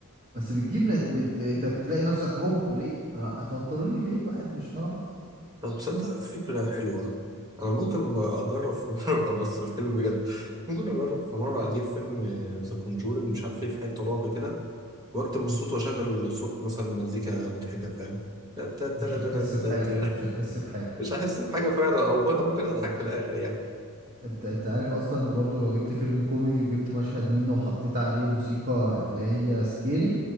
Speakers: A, on the right; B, on the right.
A: بس بتجيب نت... بت... انت بتلاقي نفسك هوب ليه آه، هتوتروني ليه الواحد مش ناقص
B: طب تصدق فكرة حلوة أنا ممكن أبقى أجرب في <laughs> مرة بس الفيلم بجد ممكن أجرب في مرة أجيب فيلم ذا كونجورينج مش عارف إيه في حتة رعب كده وأكتب
A: مم.
B: الصوت وأشغل صوت مثلا مزيكا مضحكة فاهم <laughs> تا- تا- تا-
A: مش هتحس
B: تا- تا- تا-
A: بحاجة
B: تا.
A: مش هتحس بحاجة
B: مش هحس بحاجة فعلا أو أنا ممكن أضحك
A: اه
B: في الآخر يعني
A: انت انت عارف اصلا انت برضو لو جبت فيلم كوميدي وجبت مشهد منه وحطيت عليه موسيقى اللي هي سكيري